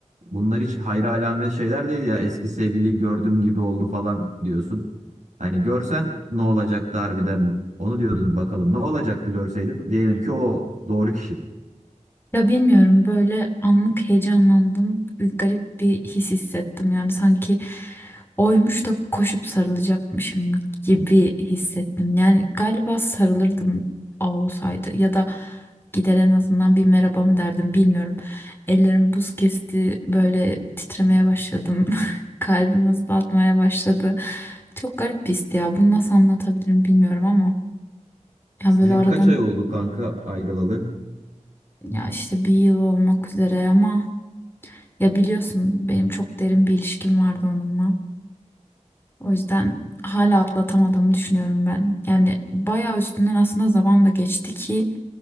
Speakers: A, on the right; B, on the left.
A: Bunlar hiç hayra alamet şeyler değil ya. Eski sevgili gördüm gibi oldu falan diyorsun. Hani görsen ne olacaktı harbiden? Onu diyordun bakalım ne olacaktı görseydin? Diyelim ki o doğru kişi.
B: Ya bilmiyorum böyle anlık heyecanlandım. Bir Garip bir his hissettim. Yani sanki oymuş da koşup sarılacakmışım gibi hissettim. Yani galiba sarılırdım o olsaydı ya da gider en azından bir merhaba mı derdim bilmiyorum. Ellerim buz kesti böyle titremeye başladım. <laughs> Kalbim hızlı atmaya başladı. Çok garip bir histi ya. Bunu nasıl anlatabilirim bilmiyorum ama. Yani
A: Sizin
B: böyle aradan
A: kaç ay oldu kanka ayrılalı?
B: ya işte bir yıl olmak üzere ama Ya biliyorsun benim çok derin bir ilişkim vardı onunla. O yüzden hala atlatamadığımı düşünüyorum ben. Yani bayağı üstünden aslında zaman da geçti ki